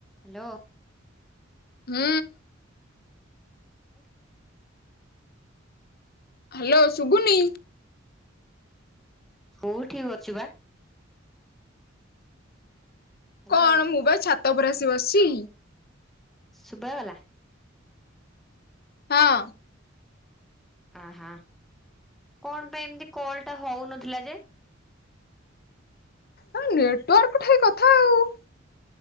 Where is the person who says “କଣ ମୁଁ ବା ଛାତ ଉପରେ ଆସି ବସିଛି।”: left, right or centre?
Left